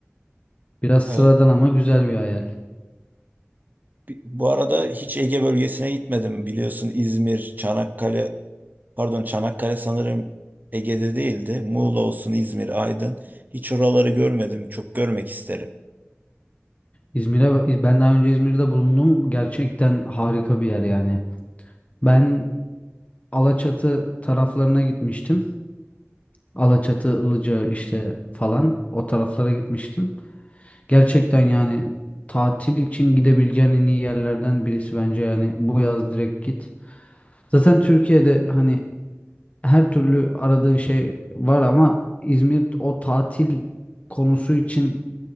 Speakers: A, on the left; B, on the right.
A: Biraz
B: Evet.
A: sıradan ama güzel bir hayal.
B: Bu arada hiç Ege bölgesine gitmedim. Biliyorsun İzmir, Çanakkale, pardon Çanakkale sanırım Ege'de değildi. Muğla olsun, İzmir, Aydın. Hiç oraları görmedim. Çok görmek isterim.
A: İzmir'e ben daha önce İzmir'de bulundum. Gerçekten harika bir yer yani. Ben Alaçatı taraflarına gitmiştim. Alaçatı, Ilıca işte falan o taraflara gitmiştim. Gerçekten yani tatil için gidebileceğin en iyi yerlerden birisi bence yani bu yaz direkt git. Zaten Türkiye'de hani her türlü aradığın şey var ama İzmir o tatil konusu için